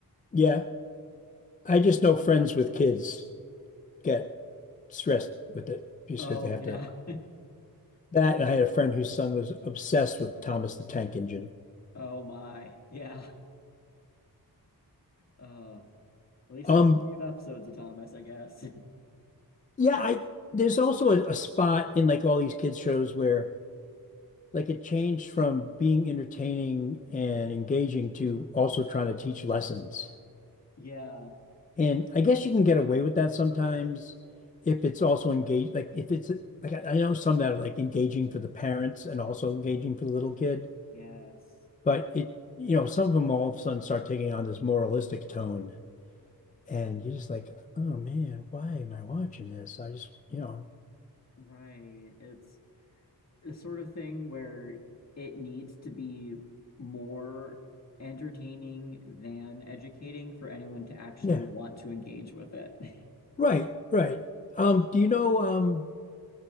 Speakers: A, on the left; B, on the left.
A: yeah. I just know friends with kids get stressed with it just
B: Oh
A: because they have
B: yeah.
A: to.
B: <laughs>
A: That. And I had a friend whose son was obsessed with Thomas the Tank Engine.
B: Oh my. Yeah. Uh at least
A: Um,
B: there's plenty of episodes of Thomas, I guess.
A: yeah. I, there's also a, a spot in like all these kids shows where like it changed from being entertaining and engaging to also trying to teach lessons.
B: <laughs> Yeah.
A: And I guess you can get away with that sometimes if it's also engaged, like if it's like I I know some that are like engaging for the parents and also engaging for the little kid,
B: Yes.
A: but it, you know, some of them all of a sudden start taking on this moralistic tone. And you're just like, oh man, why am I watching this? I just, you know,
B: Right. It's the sort of thing where it needs to be more entertaining than educating for anyone to actually
A: yeah,
B: want to engage with it. <laughs>
A: right, right. Um, do you know, um,